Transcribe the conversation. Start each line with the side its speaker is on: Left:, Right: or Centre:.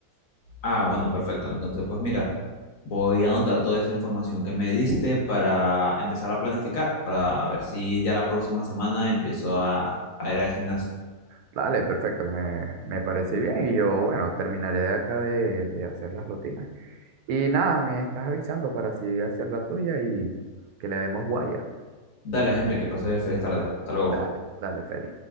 Left: Ah, bueno, perfecto. Entonces, pues mira, voy a anotar toda esa información que me diste para empezar a planificar, para ver si ya la próxima semana empiezo a, a ir al gimnasio.
Right: Dale, perfecto, me, me parece bien y yo, bueno, terminaré de acá de, de hacer las rutinas. Y nada, me estás avisando para así hacer la tuya y que le demos guaya.
Left: Dale, Henry, que pases feliz tarde. Hasta luego.
Right: Dale, dale, Feli.